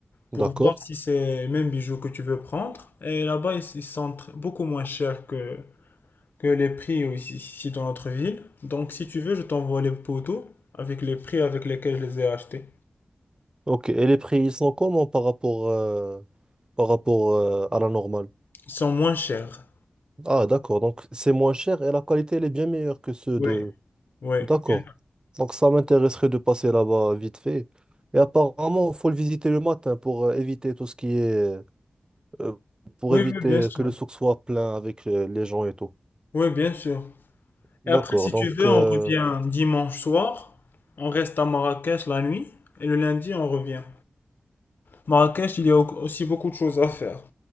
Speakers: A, on the left; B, on the right.
A: pour
B: D'accord.
A: voir si c'est le même bijoux que tu veux prendre. Et là-bas, ils ils sont tr- beaucoup moins chers que, que les prix ici, ici dans notre ville. Donc si tu veux, je t'envoie les photos avec les prix avec lesquels je les ai achetés.
B: Ok, et les prix, ils sont comment par rapport, euh, par rapport euh, à la normale?
A: Ils sont moins chers.
B: Ah, d'accord, donc c'est moins cher et la qualité, elle est bien meilleure que ceux
A: Oui,
B: de...
A: oui,
B: D'accord,
A: bien-
B: donc ça m'intéresserait de passer là-bas vite fait. Et apparemment, il faut le visiter le matin pour euh, éviter tout ce qui est... euh, pour
A: oui,
B: éviter
A: oui, bien sûr.
B: que le souk soit plein avec euh, les gens et tout.
A: Oui, bien sûr.
B: D'accord,
A: Et après, si
B: donc...
A: tu veux,
B: euh,
A: on revient dimanche soir. On reste à Marrakech la nuit. Et le lundi, on revient. Marrakech, il y a au- aussi beaucoup de choses à faire.